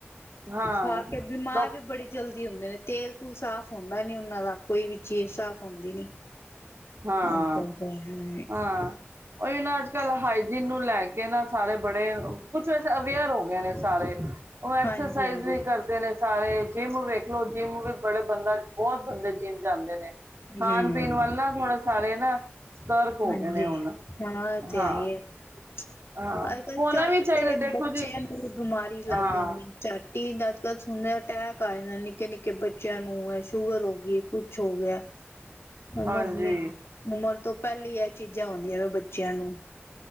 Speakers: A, on the right; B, on the left.
A: ਹਾਂ
B: ਖਾਕੇ ਬਿਮਾਰ
A: ਡਾਕ
B: ਵੀ ਬੜੀ ਜਲਦੀ ਹੁੰਦੇ ਨੇ ਤੇਲ ਕੁਛ ਸਾਫ਼ ਹੁੰਦਾ ਨੀ ਉਹਨਾਂ ਦਾ ਕੋਈ ਵੀ ਚੀਜ਼ ਸਾਫ਼ ਹੁੰਦੀ ਨੀ।
A: ਹਾਂ-ਹਾਂ
B: ਅੱਜ ਕੱਲ ਤੇ ਹਮ
A: ਓਹੀ ਨਾ ਅੱਜ ਕੱਲ੍ਹ ਹ ਇਹਨੂੰ ਲੈ ਕੇ ਨਾ, ਸਾਰੇ ਬੜੇ ਕੁਛ ਵੈਸੇ, ਅਵੇਅਰ ਹੋ ਗਏ ਨੇ ਸਾਰੇ, ਉਹ ਐਕਸਰਸਾਈਜ਼
B: ਹਾਂਜੀ ਹਾਂਜੀ
A: ਵੀ ਕਰਦੇ ਨੇ। ਸਾਰੇ ਜਿੰਮ ਵੇਖ ਲੋ ਜਿੰਮ ਵੀ ਬੜੇ, ਬੰਦਾ ਬਹੁਤ ਬੰਦੇ ਜਿੰਮ ਜਾਂਦੇ ਨੇ। ਖਾਣ-ਪੀਣ
B: ਹਮ
A: ਵੱਲ ਨ ਸਾਰੇ ਨਾ ਸਤਰਕ ਹੋ
B: ਹਾਂਜੀ,
A: ਗਏ ਨੇ ਹੁਣ
B: ਹਾਂ ੳਹ ਤੇ
A: ਹਾਂ
B: ਹੈਹੀ ਹੈ। ਹਾਂਜੀ
A: ਹਾਂ
B: ਅੱਜ-ਕੱਲ
A: ਹੋਣਾ
B: ਝੱਟ
A: ਵੀ ਚਾਹੀਦਾ
B: ਤੇ
A: ਦੇਖੋ
B: ਬੱਚਿਆਂ
A: ਜੀ
B: ਨੂੰ ਬਿਮਾਰੀ ਲੱਗ
A: ਹਾਂ
B: ਜਾਂਦੀ ਹੈ, ਝੱਟ ਕੀ ਅੱਜ-ਕੱਲ੍ਹ ਸੁਣਨ ਰਿਹਾ, ਅਟੈਕ ਆ ਜਾਂਦਾ ਨੇ ਨਿੱਕੇ ਨਿੱਕੇ ਕਿ, ਬੱਚਿਆਂ ਨੂੰ ਹੈ ਸ਼ੂਗਰ ਹੋ ਗਈ ਹੈ ਕੁਛ ਹੋ ਗਿਆ ਉਮਰ
A: ਹਾਂਜੀ
B: ਨੇ ਉਮਰ ਤੋਂ ਪੱਹਲੀ ਇਹ ਚੀਜ਼ ਜਾਂ, ਉਂਦੀਆਂ ਵੇ ਬੱਚਿਆਂ ਨੂੰ।